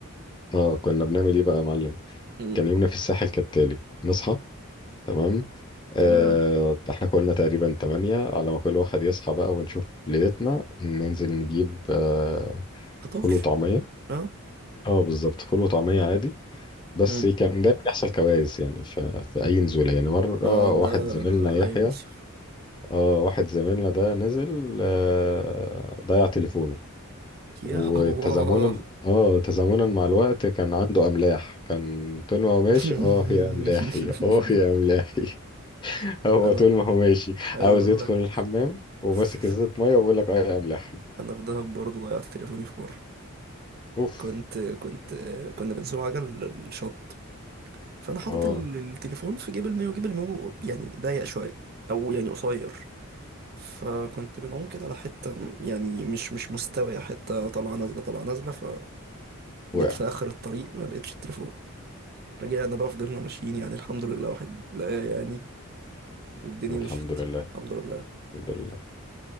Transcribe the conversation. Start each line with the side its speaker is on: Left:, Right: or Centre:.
Left: اه كنا بنعمل ايه بقى يا معلم
Right: امم
Left: كان يومنا في الساحل كالتالي نصحى تمام آه،
Right: تمام
Left: احنا كلنا تقريبا تمانية على ما كل واحد يصحى بقى ونشوف ليلتنا ننزل نجيب آه،
Right: فطار
Left: فول وطعمية
Right: ها
Left: اه بالظبط فول وطعمية عادي بس
Right: مم.
Left: كان دايما يحصل كوارث يعني ف... في أي نزولة يعني مرة
Right: ده
Left: واحد
Right: ده
Left: زميلنا يحيى
Right: اي مصيف
Left: اه واحد زميلنا ده نزل آه ضيع تليفونه
Right: يا
Left: وتزامنا
Right: الله
Left: اه تزامنا مع الوقت كان عنده أملاح كان طول ما هو ماشي
Right: <laughs>
Left: اه يا أملاحي اه يا أملاحي <laughs> هو
Right: انا
Left: طول ما هو ماشي
Right: عايز
Left: عاوز
Right: اقول
Left: يدخل
Right: لك
Left: الحمام وماسك
Right: ف-
Left: ازازة مية وبيقول لك اه يا أملاحي
Right: انا في دهب برضه ضيعت تليفوني في مره
Left: اوف
Right: كنت كنت كنا بنسوق عجل الشط فانا حاطط
Left: اه
Right: ال- التليفون في جيب المايو جيب المايو يعني ضيق شويه او يعني قصير فكنت بنعوم كده على حته م- يعني مش مش مستويه حته طالعه نازله طالعه نازله فجيت
Left: وقع
Right: في اخر الطريق ما لقيتش التليفون رجعنا بقى فضلنا ماشيين يعني الحمد لله واحد لقاه يعني والدنيا
Left: الحمد
Right: مشيت
Left: لله
Right: الحمد لله
Left: الحمد لله